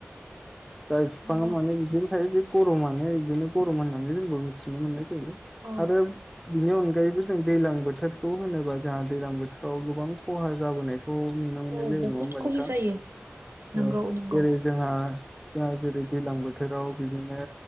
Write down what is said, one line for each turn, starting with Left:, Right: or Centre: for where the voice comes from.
Centre: बोथोराव
Right: औ
Centre: बिदिनो माने बिदिनो बे गरमानो बिदिनो गरम होननानै जोंबो मिथिनो मोननाय जायो
Right: औ
Centre: आरो बिनि अनगायै अनगायैबो जों दैज्लां बोथोरखौ होनोबा जोंहा दैज्लां बोथोराव गोबां खहा जाबोनाय खौ नुनो मोननाय
Right: औ
Centre: जायो नंङा
Right: बहुद
Centre: होनोमबा
Right: खहा
Centre: नोंथां?
Right: जायो नंगौ
Centre: औ
Right: नंगौ
Centre: जेरै जोंहा जोंहा जेरै दैज्लां बोथोराव बिदिनो